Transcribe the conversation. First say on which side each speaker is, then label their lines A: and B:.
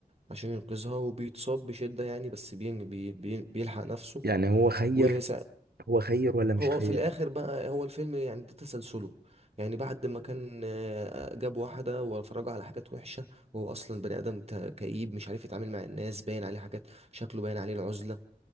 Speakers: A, on the right; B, on the right.
A: عشان ينقذها وبيتصاب بشدة يعني بس بين بي بي بيلحق نفسه
B: يعني هو خير
A: وسا-
B: هو خير ولا مش
A: هو
B: خير
A: في الآخر بقى هو الفيلم يعني ده تسلسله يعني بعد ما كان آه، جاب واحدة وفرجه على حاجات وحشة وهو أصلا بني آدم ت- كئيب مش عارف يتعامل مع الناس باين عليه حاجات شكله باين عليه العزلة